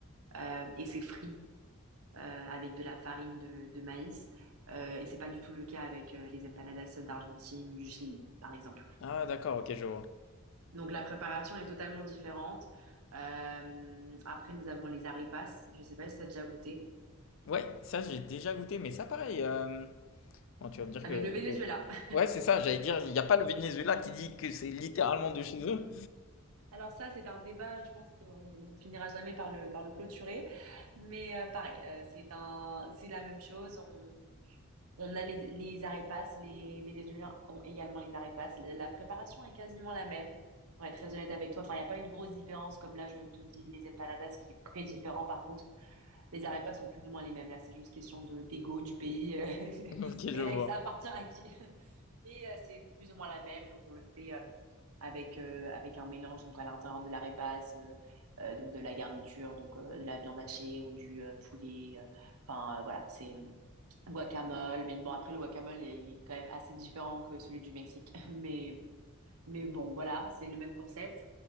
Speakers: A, on the right; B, on the left.
A: euh, et c'est frit euh, avec de la farine de, de maïs. Euh, et c'est pas du tout le cas avec euh, les empanadas d'Argentine ou du Chili, par exemple.
B: Ah d'accord, ok, je vois.
A: Donc la préparation est totalement différente. Euh, après, nous avons les arepas. Je sais pas si ça a déjà goûté.
B: Ouais, ça j'ai déjà goûté, mais ça pareil. euh, Bon, tu vas me dire
A: Avec
B: que,
A: le Venezuela.
B: que...
A: <laughs>
B: ouais c'est ça. J'allais dire il n'y a pas le Venezuela qui dit que c'est littéralement de chez eux.
A: Alors ça, c'est un débat, je pense qu'on on finira jamais par le, par le clôturer. Mais euh, pareil, euh, c'est un, c'est la même chose. On, On a les, les arepas, les Vénézuéliens ont également les arepas. La la préparation est quasiment la même, pour être très honnête avec toi. Enfin, il n'y a pas une grosse différence, comme là, je te dis les empanadas, qui est très différent par contre. Les arepas sont plus ou moins les mêmes. Là, c'est juste question de d'ego du pays. euh, <laughs>
B: <laughs> Ok,
A: les-
B: je vois.
A: ça appartient à qui. <laughs> Et euh, c'est plus ou moins la même, donc on le fait euh, avec, euh, avec un mélange, donc à l'intérieur de l'arepas, euh, euh, donc de la garniture, donc euh, de la viande hachée ou du euh, poulet. euh. Enfin, euh, voilà, c'est... Guacamole, mais bon, après, le guacamole, il est il est quand même assez différent que celui du Mexique. <laughs> Mais, mais bon, voilà, c'est le même concept.